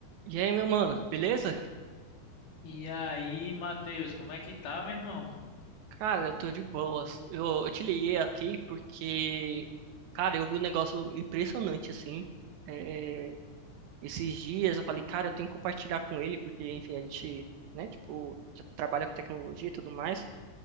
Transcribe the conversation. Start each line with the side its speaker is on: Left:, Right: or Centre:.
Right: E aí, meu mano, beleza?
Left: E aí, Matheus, como é que tá, meu irmão?
Right: Cara, eu tô de boas. Eu, eu te liguei aqui porque, cara, eu vi um negócio impressionante assim. É, esses dias eu falei, cara, eu tenho que compartilhar com ele, porque, enfim, a gente, né, tipo, já trabalha com tecnologia e tudo mais.